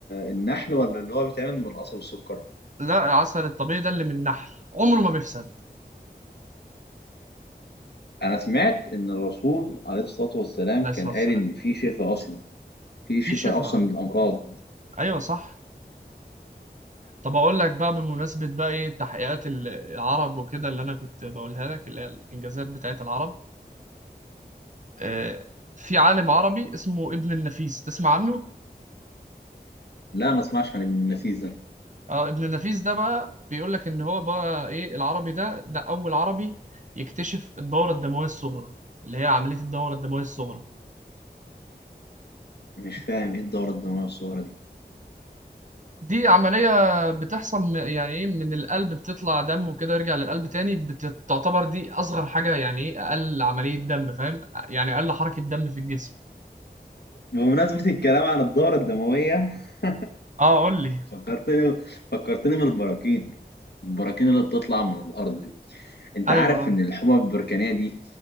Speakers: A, on the left; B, on the right.
A: النحل ولا اللي هو بيتعمل من القصب والسكر؟
B: لا العسل الطبيعي ده اللي من النحل عمره ما بيفسد
A: أنا سمعت إن الرسول عليه الصلاة والسلام
B: عليه الصلاه
A: كان قال
B: والسلام
A: إن في شفاء أصلا في شفاء
B: في شفاء
A: أصلا من الأمراض
B: ايوه صح طب اقول لك بقى بمناسبه بقى ايه تحقيقات العرب وكده اللي انا كنت بقولها لك اللي هي الانجازات بتاعت العرب آه، في عالم عربي اسمه ابن النفيس تسمع عنه
A: لا ما اسمعش عن ابن النفيس ده
B: اه ابن النفيس ده بقى بيقول لك ان هو بقى ايه العربي ده ده اول عربي يكتشف الدوره الدمويه الصغرى اللي هي عمليه الدوره الدمويه الصغرى
A: مش فاهم ايه الدورة الدموية والصورة دي
B: دي عمليه بتحصل م- يعني ايه من القلب بتطلع دم وكده يرجع للقلب تاني بتعتبر دي اصغر حاجه يعني ايه اقل عمليه دم فاهم يعني اقل حركه دم في الجسم
A: بمناسبة الكلام عن الدورة الدموية <laughs>
B: اه قول لي
A: فكرتني فكرتني بالبراكين البراكين اللي بتطلع من الأرض دي أنت
B: ايوه
A: عارف
B: آه.
A: إن الحمم البركانية دي